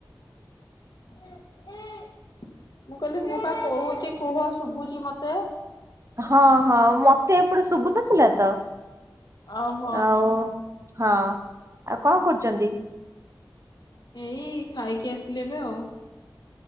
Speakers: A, on the left (about 60°); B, on the right (about 40°).
A: ମୁଁ କହିଲି ମୁଁ ପା କହୁଚି କୁହ ଶୁବୁଚି ମତେ।
B: ହଁ ହଁ ମତେ ଏପଟେ ଶୁଭୁନଥିଲା ତ
A: ଓହୋ
B: ଆଉ ହଁ ଆଉ କଣ କରୁଚନ୍ତି?
A: ଏଇ ଖାଇକି ଆସିଲି ଏବେଆଉ।